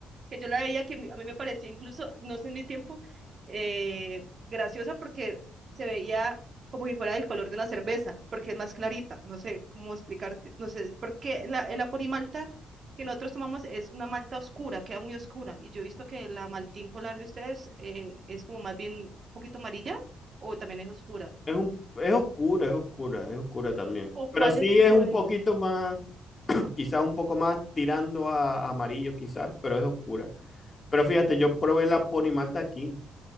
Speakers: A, on the right (about 45°); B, on the left (about 30°).
A: que yo la veía que a mí me parecía incluso, no sé en mi tiempo, eh, graciosa porque se veía como si fuera del color de una cerveza, porque es más clarita, no sé cómo explicarte, no sé, porque la, el aporimalta que nosotros tomamos es una malta oscura, queda muy oscura, y yo he visto que la maltín polar de ustedes eh, es como más bien un poquito amarilla o también es oscura.
B: es un, es oscura, es oscura, es oscura también.
A: ¿O
B: Pero
A: cuál
B: sí
A: es que
B: es
A: yo
B: un
A: diga?
B: poquito más, quizás un poco más tirando a, a amarillo, quizás, pero es oscura. Pero fíjate, yo probé la Pony Malta aquí,